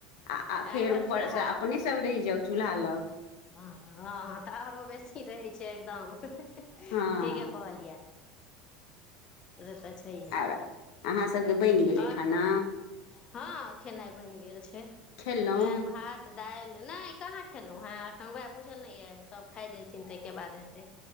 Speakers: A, on the left; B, on the left.
A: आ फेर
B: एम्हर
A: ऊपरसँ
B: चूल्हा
A: अपने सब रहि जाउ चूल्हा लग
B: हँ, हँ, तऽ आरो बेसी रहै छै एकदम
A: हँ
B: ठीके कहलियै रत छै
A: आर अहाँ सभके बनि गेलै
B: और,
A: खाना
B: हाँ, खेना बन गेल छै,
A: खेलहुँ
B: भात, दाल, नई कहा हेलो हँ तखन उएह बुझल नहि यऽ सभ खाइ जयथिन ताहिके बाद हेतै